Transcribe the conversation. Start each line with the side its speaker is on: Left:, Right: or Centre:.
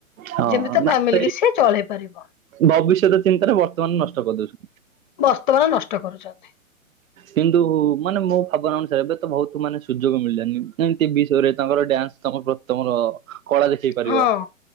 Right: ହଁ
Left: ଯେମିତି ତା
Right: ନା
Left: ଫ୍ୟାମିଲି
Right: ସେଇ
Left: କି ସିଏ ଚଳେଇ ପାରିବ।
Right: ଭବିଷ୍ୟତ ଚିନ୍ତାରେ ବର୍ତ୍ତମାନ ନଷ୍ଟ କରିଦଉଛନ୍ତି।
Left: ବସ୍ତ ମାନ ନଷ୍ଟ କରୁଛନ୍ତି।
Right: କିନ୍ତୁ ମାନେ ମୋ ଭାବନା ଅନୁସାରେ ଏବେ ତ ବହୁତ ମାନେ ସୁଯୋଗ ମିଳିଲାନି ଏମିତି ବିଷୟରେ। ତାଙ୍କର ଡ୍ୟାନ୍ସ ତମ ପ୍ର ତମର କଳା ଦେଖେଇ ପାରିବ।
Left: ହଁ